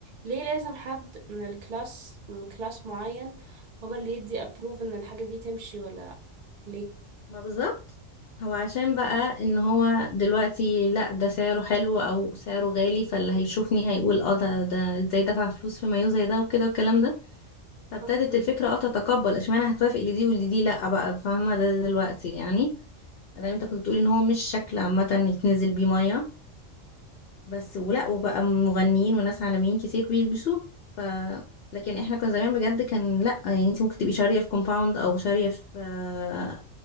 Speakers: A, on the right; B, on the left.
A: ليه لازم حد من الكلاس من كلاس معين هو اللي يدي ابروف ان الحاجة دي تمشي ولا لا ليه
B: ما بالظبط هو عشان بقى ان هو دلوقتي لا ده سعره حلو او سعره غالي فاللي هيشوفني هيقول اه ده ده ازاي دفع فلوس في مايو زي ده وكده والكلام ده فابتدت
A: بالظبط.
B: الفكره اه تتقبل اشمعنى هتوافق لدي ولدي لا بقى فاهمه ده دلوقتي يعني مادام انت كنت بتقولي ان هو مش شكل عامه يتنزل بيه ميه بس ولا وبقى مغنيين وناس عالميين كتير بيلبسوه ف لكن احنا كنا زمان بجد كان لا يعني انت ممكن تبقي شاريه في كومباوند او شاريه في آه،